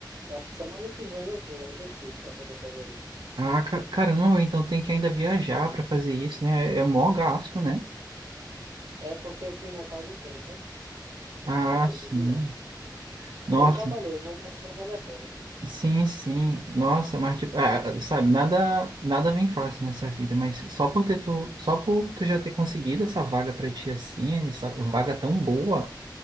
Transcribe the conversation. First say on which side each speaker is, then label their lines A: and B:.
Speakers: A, on the right; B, on the right.
A: Eu acho que semana que vem eu vou lá em Recife para poder fazer isso.
B: Ah, ca- caramba, então tem que ainda viajar pra fazer isso, né? É é mó gasto, né?
A: É porque aqui em Natal não tem, sabe?
B: Ah,
A: Aí eu preciso
B: sim.
A: ir lá.
B: Nossa,
A: Meio trabalhoso, mas eu acho que vai valer a pena.
B: sim, sim. Nossa, mas tipo, ah, sabe, nada, nada vem fácil nessa vida, mas só por ter tu, só por tu já ter conseguido essa vaga pra ti assim, essa vaga tão boa.